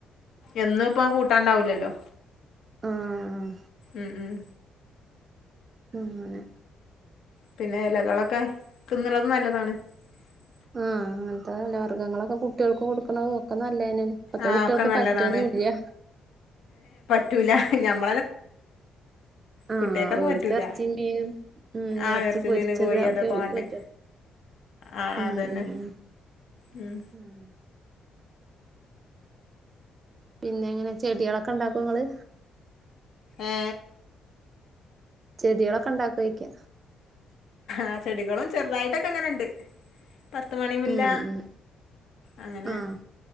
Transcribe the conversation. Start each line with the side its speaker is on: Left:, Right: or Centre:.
Left: എന്നു ഇപ്പം കൂട്ടാണ്ടാവൂല്ലല്ലോ
Right: ആഹ്
Left: ഉം ഉം
Right: ഉം അങ്ങനെ
Left: പിന്നെ എലകളൊക്കെ തിന്നുന്നതും നല്ല <unintelligible>
Right: <unintelligible> ഞങ്ങളൊക്കെ കുട്ടികൾക്ക് കൊടുക്കുന്നത് നല്ലതിന് ഇപ്പോഴത്തെ
Left: ആ
Right: കുട്ടികൾക്ക്
Left: ഒക്കെ നല്ലതാണ്
Right: പറ്റൊ ന്നില്ല
Left: റ്റൂല നമ്
Right: ആ
Left: കുട്ടികക്കൊന്നും
Right: ഓൽക്ക്
Left: പറ്റൂല
Right: എർച്ചിയും മീനും
Left: ആഹ്
Right: എ റച്ചി
Left: ഇറച്ചി
Right: പൊരിച്ചത്
Left: മീന് കോഴി
Right: ഒക്കെ
Left: അതൊക്കെ
Right: ഓല്ക്ക്
Left: വാണ്ടേ
Right: പറ്റുള്ളൂ.
Left: ആഹ്
Right: മ്
Left: അതന്നെ
Right: മ് മ് <inaudible>
Left: ഉം
Right: പിന്നെങ്ങനെ ചെടികളൊക്കെ ഇണ്ടാക്കോ ഇങ്ങള്
Left: ഏ
Right: ചെടിളൊക്കെ ഇ ണ്ടാക്കോ യ്ക്ക
Left: ആ ചെടികളും ചെറുതായിട്ട് ഒക്കെ ങ്ങനെ ണ്ട് പത്തുമണി മുല്ല
Right: ഉം ഉം
Left: അങ്ങനെ
Right: ആഹ്